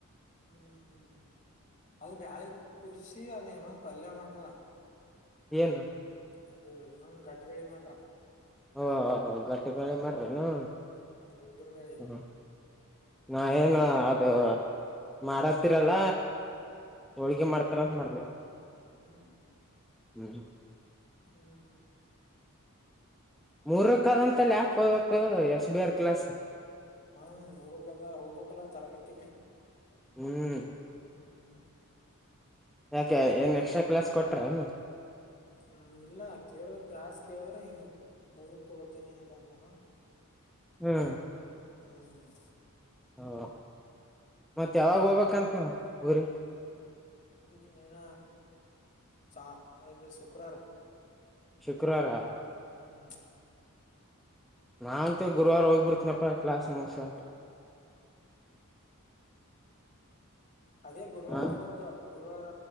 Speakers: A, on the left; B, in the centre.
A: ಹ್ಮ್ ಅದು ಬ್ಯಾಳೆ ಕುದಿಸಿಿ ಅದ್ ಇನೊಂದ ಪಲ್ಯ ಮಾಡ್ರ
B: ನು
A: ಅದು ಇನ್ನೊಂದ ಗಟ್ ಬೆಳಿ ಮಾಡಟ್ರ
B: ಹಓ ಗತ್ರ ಮಳೆ ಮಾಡ್ರನು
A: ಹ್ಮ್ ಉದುರ್ ಬೆಳಿ
B: ಹ ನಾವ ಏನು ಅದು ಮಾಡತ್ತೀರಲ್ಲ ಹೋಳ್ಗೆಿ ಮಾಡ್ತಾರ ಅಂತ ಮಾಡ್ಬೇಕು
A: ಹ್ಮ್ ಹ್ಮ್
B: ಹ್ಮ್
A: ಹ್ಮ್
B: ಮೂರಕ್ಕದಂತಲ್ಲಿ ಯಾಕಕ್ಪೋಬೇಕು ಎಸ್ ಬಿ ಆರ್ ಕ್ಲಾಸ್
A: ಹಾ ಮೂರು ಕದ ಹೋಗ್ಬೇಕಲ್ಲ ತರಗತಿಗೆ
B: ಹ್ಮ್
A: ಹ್ಮ್
B: ಯಾಕೆ ಏನು ಎಕ್ಸ್ಟ್ರಾ ಕ್ಲಾಸ್ ಕೊಟ್ಟ್ರೇನು
A: ಹ್ಮ್ ಇಲ್ಲ ಕೇಳಿದ್ರ ಕ್ಲಾಸ್ ಕೇಳಿದ್ರ ಹಿಂಗ್ ಮೂರ್ಕ್ ತಗೋತೀನಿ ಅಂತಂದಾನ ಹ್ಮ
B: ಹ್ಮ್
A: ಹ್ಮ್
B: ಹಓ ಮತ್ತ ಯಾವಾಗ ಹೋಗ್ಬೇಕಂತ ನಾವ ಊರಿ
A: ಗುರಿಜ ನನ ಸಾ ಅ ಶುಕ್ರಾರ
B: ಶುಕ್ರವಾರ
A: ಹ್ಮ್
B: ನಾಂತು ಗುರುವಾರ ಹೋಗಿಬ ಬಿಡ್ತೀನಪ್ಪ ಕ್ಲಾಸ್ ಮುಗಸ
A: ಅದೇ ಗುರುವಾರ
B: ಹ
A: ಹೋಗ್ಬೇಕಕ್ ಗುರುವಾರ